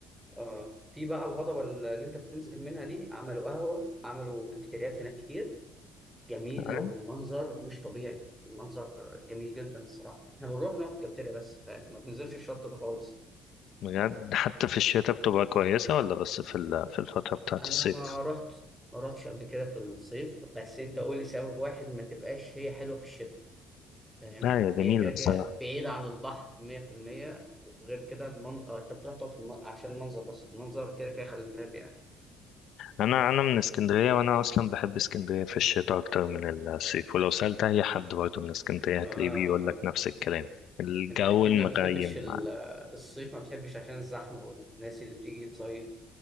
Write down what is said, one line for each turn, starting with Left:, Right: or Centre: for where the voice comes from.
Centre: آه في بقى الهضبة اللي أنت بتنزل منها دي عملوا قهوة عملوا كافيتريات هناك كتير جميلة
Left: فعلا
Centre: والمنظر مش طبيعي المنظر جميل جدا الصراحة إحنا بنروح نقف في الكافيتيريا بس فاهم؟ ما بننزلش الشط ده خالص
Left: بجد حتى في الشتاء بتبقى كويسة ولا بس في ال- في الفترة بتاعت
Centre: أنا
Left: الصيف
Centre: ما رحت ما رحتش قبل كده في الصيف بس أنت قول لي سبب واحد ما تبقاش هي حلوة في الشتاء فاهم
Left: لا يا جميلة
Centre: هي كده كده
Left: بصراحة
Centre: بعيدة عن البحر 100% وغير كده المنظر انت بتروح تقف في الم... عشان المنظر بس المنظر كده كده خلاب يعني
Left: انا انا من اسكندريه وانا اصلا بحب اسكندريه في الشتاء اكتر من الصيف ولو سالت اي حد برضه من اسكندريه هتلاقيه
Centre: اه
Left: بيقول
Centre: اه
Left: لك نفس الكلام الجو
Centre: انت اكيد
Left: المغيم
Centre: ما بتحبش ال-
Left: مع-
Centre: الصيف ما بتحبش عشان الزحمة والناس اللي بتيجي تصيف